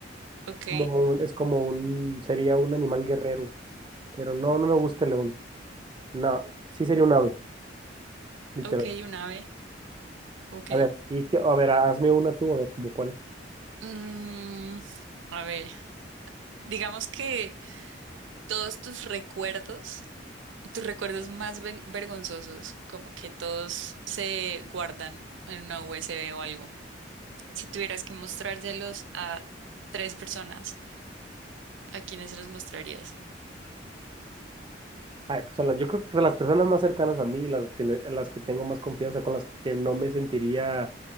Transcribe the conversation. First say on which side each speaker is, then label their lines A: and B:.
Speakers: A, on the right; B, on the right.
A: Ok,
B: Como un- es como un, sería un animal guerrero. Pero no, no me gusta el león. No, sí sería un ave, literal.
A: ok, un ave, ok.
B: A ver, y que, a ver, hazme una tú, a ver, como cuál.
A: Mm, a ver, digamos que... todos tus recuerdos, tus recuerdos más ven- vergonzosos, como que todos se guardan en una USB o algo. Si tuvieras que mostrárselos a tres personas, ¿a quiénes se los mostrarías?
B: Ay, o sea, las- yo creo que las personas más cercanas a mí, las que, le- las que tengo más confianza, con las que no me sentiría